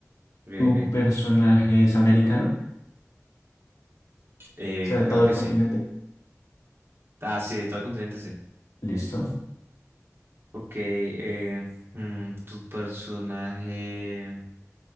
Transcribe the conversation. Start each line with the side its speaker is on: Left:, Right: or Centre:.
Right: Ok,
Left: ¿Tu
Right: ok.
Left: personaje es americano?
Right: Eh,
Left: O sea, de
Right: creo
Left: todo el
Right: que
Left: continente.
Right: sí. Ah, sí, de todo el continente sí.
Left: Listo.
Right: Ok, eh, mm, ¿tu personaje